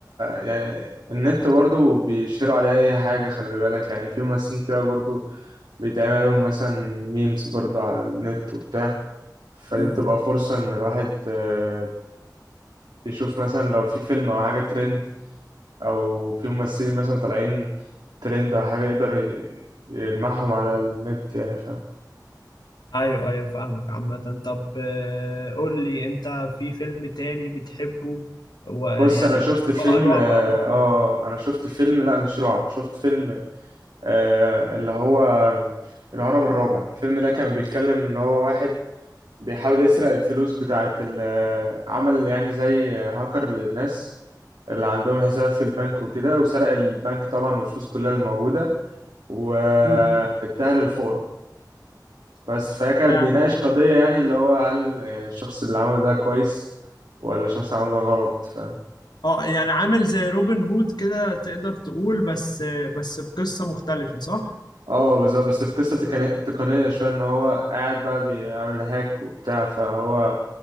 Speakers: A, on the right; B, on the left.
A: يعني النت برضو بيشيروا عليه اي حاجة خلي بالك يعني في ممثلين كتير أوي برضو بيتعمل لهم مثلا ميمز برضو على النت وبتاع فدي
B: م- م.
A: بتبقى فرصة ان الواحد آه، يشوف مثلا لو في فيلم او حاجة ترند او في ممثلين مثلا طالعين ترند او حاجة يقدر ي- يلمحهم على النت يعني فاهم
B: ايوه ايوه فاهمك عامة طب آه، قول لي انت في فيلم تاني بتحبه ويعني
A: بص انا شفت فيلم
B: بقى رعب
A: اه
B: او بره
A: آه، انا شفت فيلم لا مش رعب شفت فيلم آه، اللي هو الهرم الرابع الفيلم ده كان بيتكلم ان هو واحد بيحاول يسرق الفلوس بتاعت ال- عمل يعني زي هاكر للناس اللي عندهم حسابات في البنك وكده وسرق البنك طبعا والفلوس كلها الموجودة واداها
B: مم.
A: للفقراء بس فهي كان
B: آه
A: بيناقش قضية يعني اللي هو هل يعني الشخص اللي عمله ده كويس ولا الشخص اللي عمله ده غلط فاهم
B: آه، يعني عامل زي روبن هود كده تقدر تقول بس آه، بس بقصة مختلفة صح؟
A: اه بس بس في قصة تقنية تقنية شوية ان هو قاعد بقى بيعمل هاك وبتاع فهو